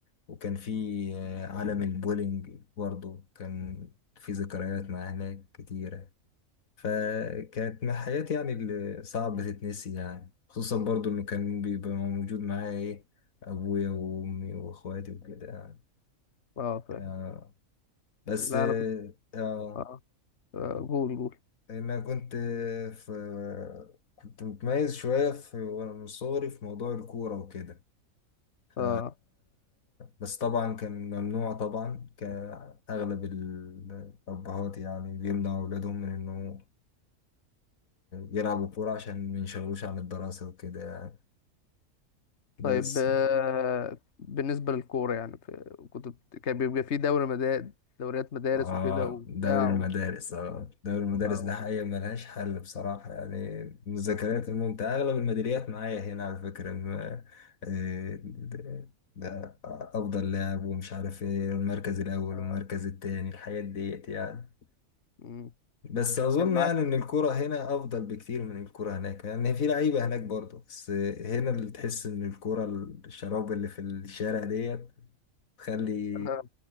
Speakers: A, on the left (about 75°); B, on the left (about 55°).
A: وكان في آه، عالم البولينج برضه كان في ذكريات مع هناك كتيرة فكانت من حياتي يعني اللي صعب تتنسي يعني خصوصا برضه انه كان بيبقى موجود معايا ايه ابويا وامي واخواتي وكده يعني
B: اه فاهم
A: آه بس
B: لا
A: اه
B: انا كنت
A: آه،
B: اه آه، قول قول
A: انا كنت في كنت متميز شوية في وانا من صغري في موضوع الكورة وكده ف
B: اه
A: بس طبعا كان ممنوع طبعا كأغلب الأبهات يعني بيمنعوا أولادهم من إنه يلعبوا كورة عشان ما ينشغلوش عن الدراسة وكده يعني بس
B: طيب آه، بالنسبة للكورة يعني في- كنت بت- كان بيبقى في دوري مدارس دوريات مدارس
A: اه
B: وكده وبتاع
A: دوري المدارس
B: و...
A: اه دوري المدارس
B: أو...
A: ده حقيقة ملهاش حل بصراحة يعني من الذكريات الممتعة أغلب الميداليات معايا هنا على فكرة إن آه، ده ده أفضل لاعب ومش عارف إيه المركز الأول
B: آه،
A: والمركز التاني الحاجات ديت يعني
B: مم.
A: بس اظن
B: كان معاك
A: يعني ان الكرة هنا افضل بكتير من الكرة هناك لان في لعيبة هناك برضه بس هنا اللي تحس ان الكرة الشراب اللي في الشارع ديت تخلي
B: <laughs> آه،